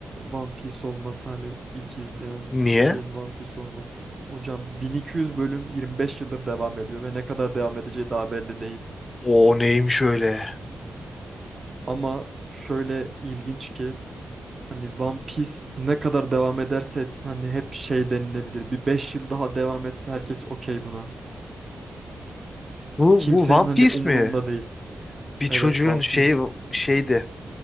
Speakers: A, on the right (about 30°); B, on the left (about 30°).
A: One Piece olması hani ilk izleyen
B: Niye?
A: şeyin One Piece olması. Hocam 1200 bölüm 25 yıldır devam ediyor ve ne kadar devam edeceği daha belli değil.
B: O neymiş öyle?
A: Ama şöyle ilginç ki Hani One Piece ne kadar devam ederse etsin hani hep şey denilebilir. Bir 5 yıl daha devam etse herkes okey buna.
B: Bu
A: Kimsenin
B: bu One
A: hani
B: Piece
A: umurunda
B: mi?
A: değil.
B: Bir çocuğun
A: Evet One
B: şeyi
A: Piece.
B: şeydi.